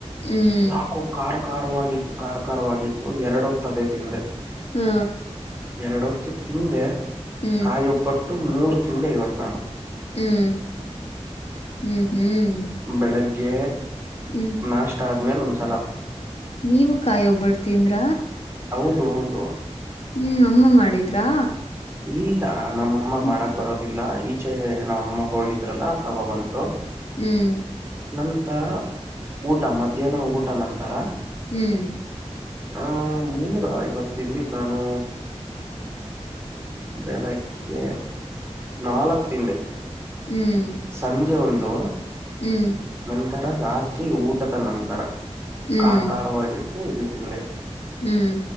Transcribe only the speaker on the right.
ನಾಕು ಕಾರ್- - ಕಾರಾರ್ವಾಗಿತ್ತು ಕಾರಾರ್ ಕಾರಾರ್ವಾಗಿತ್ತು ಎರಡೊತ್ ಅದೆ ತಿಂದೆ.
ಎರಡೊತ್ತು ತಿಂದೆ
ಕಾಯೊಬ್ಬಟ್ಟು ಮೂರು ತಿಂದೆ ಇವತ್ತು ಬೇಡ.
ಬೆಳಗ್ಗೆ.
ನಾಷ್ಟ ಆದ್ಮೇಲೆ ಒಂದ್ಸಲ.
ಹೌದು ಹೌದು.
ಇಲ್ಲ ನಮ್ಮಮ್ಮ
ಮಾಡಕ್ ಬರೋದಿಲ್ಲ ಈಚೆ ನಮ್ಮಮ್ಮ ಹೋಗಿದ್ರಲ್ಲ ತಗೊಬಂದ್ರು.
ನಂತರ ಊಟ ಮಧ್ಯಾಹ್ನ ಊಟ ನಂತರ.
ಆ ಮುಂದ ಐವತ್ ತಿಂದಿದ್ ನಾನು. ಬೆಳಗ್ಗೆ ನಾಲ್ಕ್ ತಿಂದೆ.
ಸಂಜೆ ಒಂದು.
ನಂತರ ರಾತ್ರಿ ಊಟದ ನಂತರ
ಕಾರ್ ಕಾರಾರ್ವಾಗಿತ್ತು ಇದು ತಿಂದೆ.